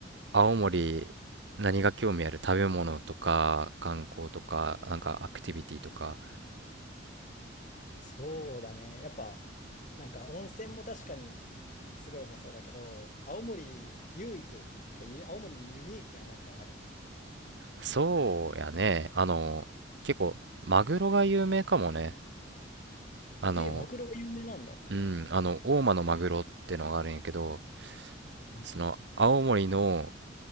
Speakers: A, on the right; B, on the left.
A: 青森何が興味ある食べ物とか観光とかなんかアクティビティとか
B: そうだね。やっぱ、なんか温泉も確かにすごい良さそうだけど、青森唯一、てかゆ青森にユニークななんかある。
A: そうやねあの結構マグロが有名かもねあの
B: えーマグロが有名なんだ。
A: うんあの大間のマグロってのがあるんやけど
B: うん。うん。
A: その青森の